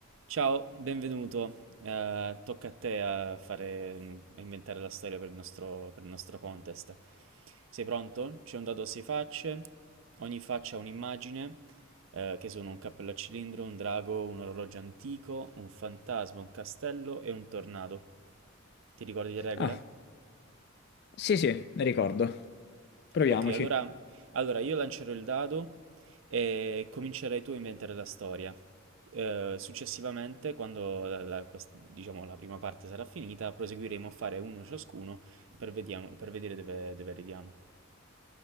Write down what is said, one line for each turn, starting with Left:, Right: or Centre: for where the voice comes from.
Right: Ciao, benvenuto. Eh, tocca a te a fare, a inventare la storia per il nostro, per il nostro contest. Sei pronto? C'è un dado a sei facce, ogni faccia ha un'immagine, eh, che sono un cappello a cilindro, un drago, un orologio antico, un fantasma, un castello e un tornado. Ti ricordi le regole?
Left: Ah, sì, sì, ne ricordo. Proviamoci.
Right: Ok, allora, allora io lancerò il dado e comincerai tu a inventare la storia. Eh, successivamente, quando la, la- quest- diciamo, la prima parte sarà finita, proseguiremo a fare uno ciascuno per, vediamo- per vedere dove, dove arriviamo.